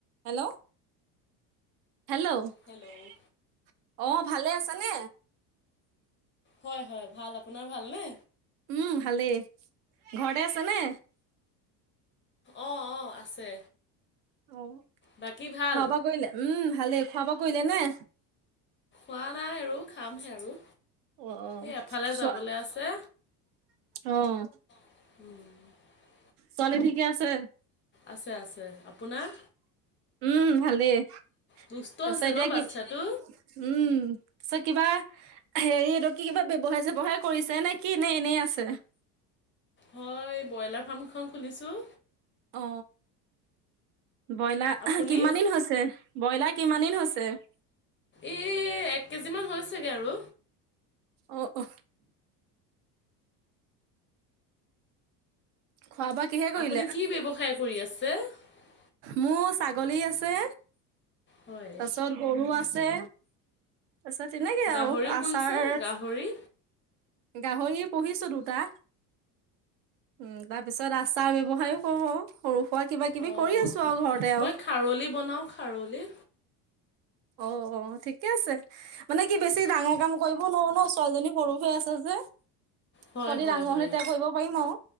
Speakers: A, on the right (about 55°); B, on the left (about 25°).
A: Hello, hello.
B: হেল্ল'
A: ' অ ভালে আছে নে
B: হয় হয় ভাল, আপোনাৰ ভালনে?
A: উম ভালেই। ঘৰতে আছে নে?
B: অ অ আছে।
A: অ
B: বাকী ভাল?
A: খোৱা বোৱা কৰিলে? উম ভালেই। খোৱা-বোৱা কৰিলে নে?
B: খোৱা নাই আৰু খামহে আৰু।
A: অ অ,
B: এই এফালে
A: চ।
B: যাবলৈ আছে।
A: আহ।
B: <inaudible>
A: ছোৱালী ঠিকে আছে?
B: আছে আছে আপোনাৰ?
A: উম ভালেই,
B: দুষ্ট
A: তাৰ
B: হৈছে
A: পিছত এতিয়া
B: ন বাচ্ছাটো?
A: কি-, উম। চ কিবা হেৰি এইটো কিবা ব্যৱসায় - চেৱসায় কৰিছে নে কি, এনে এনেই আছে?
B: হয় ব্ৰইলাৰ ফাৰ্মখন খুলিছোঁ।
A: অ ব্ৰইলাৰ,
B: আপুনি?
A: কিমান দিন হৈছে? ব্ৰইলাৰ কিমান দিন হৈছে? ছে।
B: এ এক কেজি মান হৈছেগে আৰু।
A: অ অ। খোৱা বোৱা কিহেৰে কৰিলে?
B: আপুনি কি ব্যৱসায় <inaudible>
A: মোৰ ছাগলী আছে,
B: হয়।
A: তাৰিছত গৰু আ আছে। তাৰছত এনেকে
B: গাহৰিও
A: আৰু আচাৰ
B: পুহিছে গাহৰি।
A: গাহৰি পুহিছো দুটা। উ তাৰ পিছত আচাৰ ব্যৱসায়ও কৰো আৰু সৰু সুৰা কিবা কিবি
B: অঁ
A: কৰি আছো আৰু ঘৰতে আৰু।
B: মই খাৰলি বনাওঁ খাৰলি।
A: অ অ ঠিকে আছে। মানে কি বেছি ডাঙৰ কাম কৰিব নোৱাৰো ন। ছোৱালীজনী সৰুহে আছে যে,
B: হয়
A: ছোৱালী
B: হয়
A: ডাঙৰ
B: হয়।
A: হ'লে ইটা কৰিব পাৰিম আৰু।